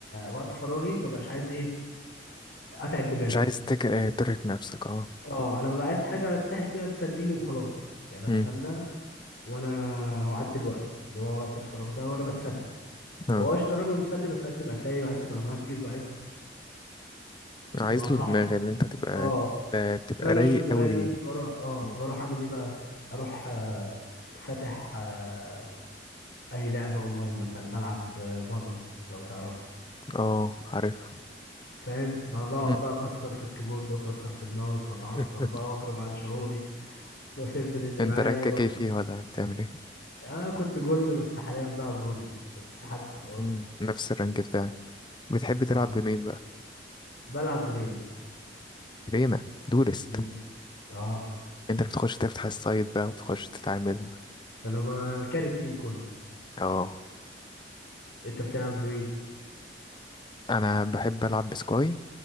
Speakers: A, on the left; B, on the left.
A: وقت فراغي مبقاش عايز ايه اتعب دماغي
B: مش عايز تك... آه، ترهق نفسك اه
A: اه انا ببقى عايز حاجة اتسحل فيها تسليني وخلاص يعني اتسلى
B: امم
A: وانا واعدي الوقت اللي هو وقت الفراغ ده وانا بتسلى
B: اه
A: هو الشطرنج مسلي بس عايز تبقى فايق وعايز تبقى مركز وعايز
B: عايز
A: تبقى مصحصح
B: له دماغ اللي انت تبقى
A: اه
B: آه، تبقى
A: انا مش
B: رايق
A: في الدماغ
B: قوي ليه
A: دي فبروح اه
B: مم.
A: فبروح اعمل ايه بقى اروح آه، فاتح آه، اي لعبة اونلاين مثلا بلعب فالورانت لو تعرف
B: اه عارفها
A: فاهم ب- بقعد
B: مم.
A: بقى اكسر في الكيبورد واكسر في الماوس واتعصب
B: <laughs>
A: بقى واخرج عن شعوري واسيب اللي
B: انت
A: معايا
B: رانكك
A: و...
B: ايه فيه ولا بتعمل ايه
A: اه كنت جولد بس حاليا بقى برونز اتسحلت في الارض
B: مم. نفس الرانك بتاعي بتحب
A: اه
B: تلعب بمين بقى
A: بلعب بريلا
B: رينا دولست
A: مم. اه
B: انت بتخش تفتح السايت بقى وتخش تتعامل
A: انا بكاري التيم كله
B: اه
A: انت بتلعب بمين
B: انا بحب العب بسكاي